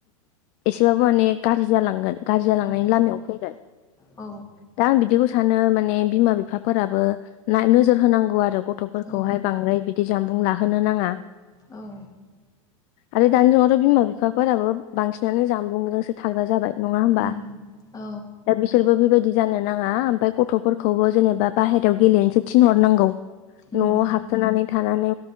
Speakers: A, on the left; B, on the left.
A: एसेबाबो माने गाज्रि जालांगोन गाज्रि जालांनायनि
B: औ
A: लामायाव फैगोन
B: औ
A: दा आं बिदिखौ सानो माने बिमा बिफ बिफाफोराबो ना नोजोर होनांगौ आरो गथ'फोरखौहाय
B: औ
A: बांद्राय बिदि जानबुं लाहोनो नाङा
B: औ
A: आरो दानि जुगावथ' बिमा बिफा फोराबो बांसिनानो जामबुंजोंसो थाग्रा जाबाय नङा होमबा
B: उम औ
A: दा बिसोरबो बेबायदि जानो नाङ ङा ओमफाय गथ'फोरखौबो जेनेबा बाहेरायाव गेलेनोसो थिनहरनांगौ
B: उम
A: न'आव हाबखोनानै थानानै